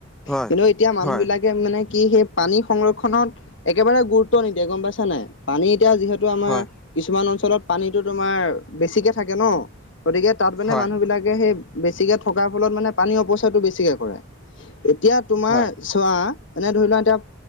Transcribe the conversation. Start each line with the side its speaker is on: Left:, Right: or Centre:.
Centre: হয়
Left: কিন্তু এতিয়া মানুহ
Centre: হয়
Left: বিলাক মানে কি সেই পানী সংৰক্ষনত একেবাৰে গুৰুত্ব নিদিয়ে গম পাইছা নাই। পানী এতিয়া যিহেতু আমাৰ
Centre: হয়
Left: কিছুমান অঞ্চলত পানীটো তোমাৰ বেছিকে থাকে ন। গতিকে তাত মানে
Centre: হয়
Left: মানুহ বিলাকে সেই বেছিকে থকাৰ ফলত মানে পানী অপচয়টো বেছিকে কৰে। এতিয়া তোমাৰ
Centre: হয়
Left: চোৱা এনে ধৰি লোৱা এতিয়া